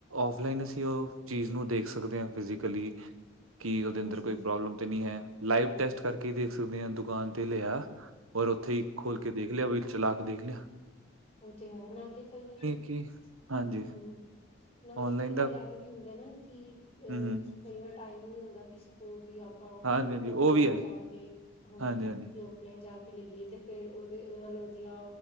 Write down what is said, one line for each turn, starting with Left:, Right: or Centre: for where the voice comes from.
Right: ਆਫ਼ਲਾਈਨ ਅਸੀਂ ਉਹ ਚੀਜ਼ ਨੂੰ ਦੇਖ ਸਕਦੇ ਆਂ, ਫਿਜ਼ਕਲੀ ਕੀ ਉਹਦੇ
Left: ਹਾਂਜੀ-ਹਾਂਜੀ
Right: ਅੰਦਰ ਕੋਈ ਪ੍ਰੋਬਲਮ ਤੇ ਨੀ ਹੈ? ਲਾਈਵ ਟੈਸਟ ਕਰਕੇ ਦੇਖ ਸਕਦੇ ਆਂ, ਦੁਕਾਨ ਤੇ ਲਿਆਏਆ । ਓਰ ਉੱਥੇ ਈ ਖੋਲ਼ ਕੇ ਦੇਖ ਲਿਆ, ਵੀ ਚਲਾ ਕੇ ਦੇਖ ਲਿਆ ।
Left: ਉਹ ਤੇ ਹੈ, ਨਾਲੇ਼ ਕਈ ਹਮ
Right: ਕਿ ਹਾਂਜੀ
Left: ਨਾਲੇ਼!
Right: ਔਨਲਾਈਨ
Left: ਕਈ ਵਾਰ,
Right: ਦਾ
Left: ਐਵੇਂ ਵੀ ਹੁੰਦਾ ਨਾ, ਕਿ ਅ
Right: ਹੂੰ, ਹੂੰ
Left: ਕਈ ਵਾਰ ਟਾਈਮ ਨਈਂ ਹੁੰਦਾ । ਕਿਸੇ ਕੋ ਵੀ ਆਪਾਂ
Right: ਹਾਂਜੀ, ਹਾਂਜੀ ਉਹ
Left: ਆਫਲਾਈਨ
Right: ਵੀ ਹੈ
Left: ਜਾਕੇ, ਹੰ
Right: ਹਾਂਜੀ, ਹਾਂਜੀ,
Left: ਆਫ਼ਲਾਈਨ ਜਾ ਤੇ ਲਈਏ, ਤੇ ਫੇਰ ਉਹਦੇ ਉਹ ਵਾਲਾ ਵਧੀਆ